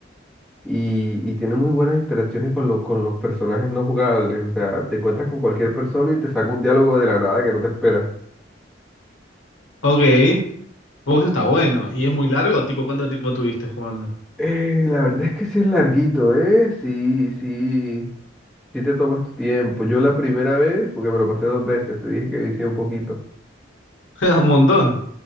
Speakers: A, in the centre; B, on the left.
A: y, y tiene muy buenas interacciones con, lo- con los personajes no jugables. O sea, te encuentras con cualquier persona y te saca un diálogo de la nada que no te esperas.
B: Ok. Oh, eso está bueno. ¿Y es muy largo? Tipo, ¿cuánto tiempo tuviste jugando?
A: Eh, la verdad es que sí es larguito, ¿eh? Sí, sí, sí te tomas tu tiempo. Yo la primera vez, porque me lo pasé dos veces, te dije que vicié un poquito.
B: <laughs> Un montón.